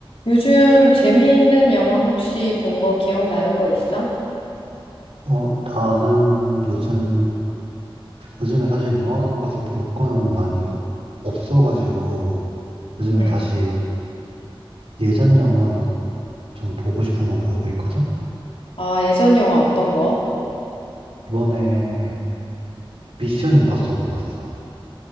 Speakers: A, on the left; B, on the right.
A: 요즘 재미있는 영화 혹시 본 거 기억나는 거 있어?
B: 어, 나는 요즘, 요즘에 사실 영화관 가서 볼 거는 많이 어- 없어가지고, 요즘에
A: 응.
B: 다시 예전 영화나 좀 보고 싶은 거 보고 있거든?
A: 아, 예전 영화 어떤 거?
B: 이번에 미션 임파서블 봤어.